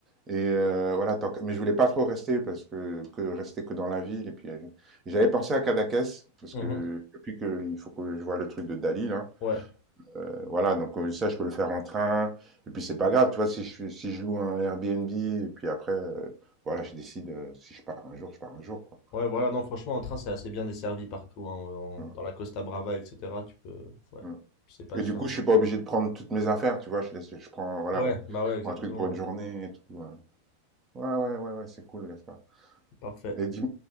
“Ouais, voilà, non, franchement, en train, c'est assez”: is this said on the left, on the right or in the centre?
Left